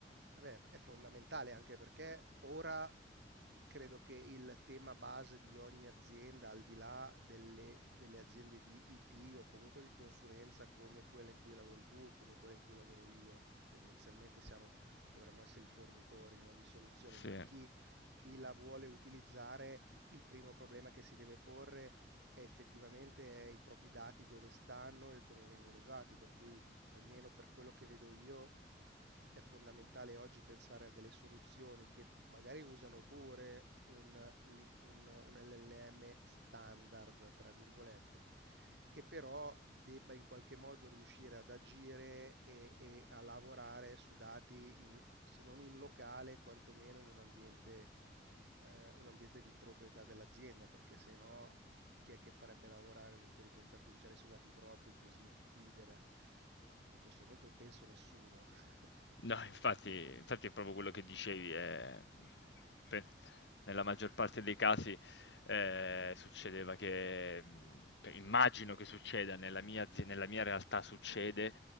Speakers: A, on the right (about 70°); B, on the left (about 80°).
A: vabbè, è fondamentale anche perché ora credo che il tema base di ogni azienda, al di là delle, delle aziende di IT o comunque di consulenza come quella in cui lavori tu o come quella in cui lavoro io, tendenzialmente siamo, dovremmo essere i fornitori, no, di soluzioni,
B: Sì.
A: ma chi, chi la vuole utilizzare, il primo problema che si deve porre è effettivamente è i propri dati dove stanno e come vengono usati, per cui almeno per quello che vedo io, è fondamentale oggi pensare a delle soluzioni che magari usano pure un, li- un- un LLM standard, tra virgolette, che però debba in qualche modo riuscire ad agire e, e a lavorare su dati, in- se non in locale, quantomeno in un ambiente, eh, un ambiente di proprietà dell'azienda, perché se no chi è che farebbe lavorare un'intelligenza artificiale su dati propri così? libera. In questo momento penso nessuno. <laughs>
B: No, infatti, infatti è proprio quello che dicevi, eh, pe- nella maggior parte dei casi eh, succedeva che, mh, pe- immagino che succeda, nella mia, azi- nella mia realtà succede,